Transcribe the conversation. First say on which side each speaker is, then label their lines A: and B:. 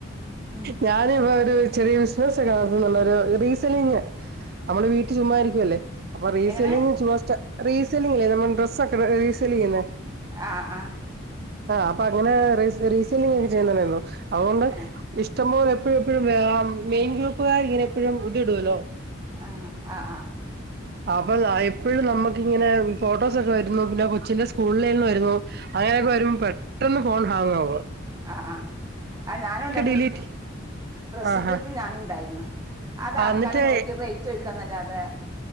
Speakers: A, on the right; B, on the right.
A: ഉം
B: ഞാന ഇപ്പൊ ഒര് ചെറിയ ബിസിനസ്സ ഒക്കെത്തുള്ളരു റീസെലിങ് നമ്മള് വീട്ടിൽ ചുമ്മായിരിക്കുവ അല്ലേ അപ്പൊ റീ
A: എങ്ങനെ
B: സെല്ലിങ് അക്ക ീസിന്നെ <unintelligible>
A: ആആഹ
B: ആഹ് അപ്പൊ അങ്ങനെ റീസെല്ലിംഗ ഒക്കെ ചെയ്യുന്നുണ്ടോ അതുണ്ട്
A: ഏഹ്
B: ഇഷ്ട ഇഷ്ട്പോൾ എപ്പോഴും എപ്പോഴും വ മെയിൻ ഗ്രൂപ്പുകാർ ഇങ്ങനെപ്പോഴും ഇതി ഇടുല്ലോ
A: ആ ആ ആ
B: അപ്പൊ എപ്പോഴും നമുക്ക് ഇങ്ങനെ ഫോട്ടോസൊക്കെ വരുന്നു പിന്നെ കൊച്ചിന്റെ സ്കൂളിൽേന്ന് വരുന്നു അങ്ങനെയൊക്കെ വരു പെട്ടന്ന് ഫോൺ ഹാങ് ആവ
A: ആ ആഹ് ആ ഞാനും ഉണ്ടായിരുന്നു
B: ഡിലീറ്റ്
A: ഡ്രസ്സ്
B: ആഹാ
A: ഗ്രൂപ്പിൽ ഞാനും ഉണ്ടായിരുന്നു അത
B: ആ,
A: ആൾക്കാർ
B: എന്നിട്ട്
A: നോക്കിയത് ഏറ്റവും വയ്ക്കാൻ നല്ല ങേ